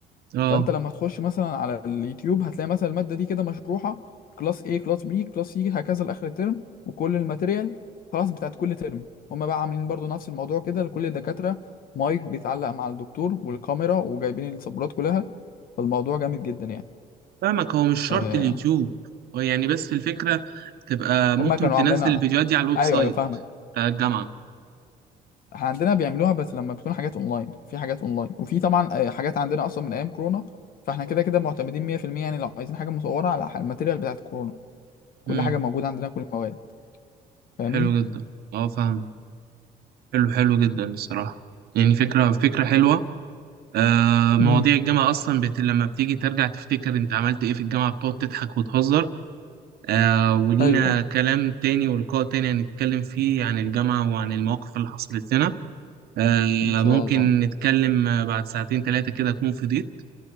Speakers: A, on the right (about 65°); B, on the left (about 60°).
A: اه
B: فانت لما تخش مثلا على اليوتيوب هتلاقي مثلا المادة دي كده مشروحة كلاس A كلاس B كلاس C هكذا لآخر الترم وكل الماتيريال خلاص بتاعت كل ترم هما بقى عاملين برضو نفس الموضوع كده لكل الدكاترة مايك بيتعلق مع الدكتور والكاميرا وجايبين السبورات كلها فالموضوع جامد جدا يعني
A: فاهمك هو مش شرط
B: آه،
A: اليوتيوب هو يعني بس الفكره تبقى ممكن
B: هما كانوا
A: تنزل
B: عاملينها
A: الفيديوهات دي على الويب
B: ايوه
A: سايت
B: ايوه فاهمك
A: بتاع الجامعه
B: احنا عندنا بيعملوها بس لما بتكون حاجات اونلاين في حاجات اونلاين وفي طبعا آه، حاجات عندنا اصلا من ايام كورونا فاحنا كده كده معتمدين 100% يعني لو عايزين حاجه مصوره على ح- الماتيريال بتاعت كورونا كل
A: امم
B: حاجه موجوده عندنا كل المواد فاهمني
A: حلو جدا اه فاهم حلو حلو جدا الصراحه يعني فكره فكره حلوه آه، مواضيع
B: امم
A: الجامعة أصلا بت... لما بتيجي ترجع تفتكر أنت عملت إيه في الجامعة بتقعد تضحك وتهزر آه ولينا
B: ايوه ايوه
A: كلام تاني ولقاء تاني هنتكلم فيه عن الجامعة وعن المواقف اللي حصلت لنا آه
B: ان شاء
A: ممكن
B: الله
A: نتكلم آه، بعد ساعتين تلاتة كده أكون فضيت